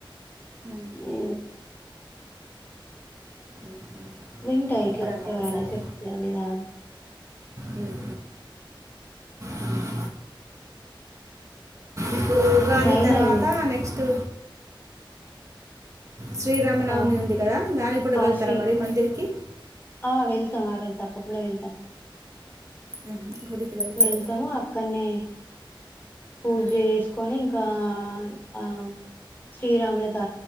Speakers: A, on the right; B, on the left.
A: ఉమ్,
B: ఏ
A: ఉమ్, ఉమ్.
B: వింటా ఇట్లా
A: ఎప్పుడన్నా
B: ఎవరైనా
A: ఒకసారి
B: చెప్తు అదిదా
A: ఉమ్ హమ్ ఇప్పుడు ఉగాది
B: నైన్
A: తర్వాత
B: అయింది
A: నెక్స్ట్ అ శ్రీరామనవమి
B: ఆ
A: ఉంది కదా దానికి కూడా వె
B: ఆ
A: స్తార
B: స్టే
A: మరి మందిర్కి
B: ఆ వెళ్తాం ఆ రోజు తప్పకుండా వెళ్తాం
A: ఉమ్, గుడికి వెళ్తారు
B: వెళ్తాము అక్కనే పూజ
A: ఆ,
B: చేసుకొని ఇం ఇకా ఆ శ్రీరాముల త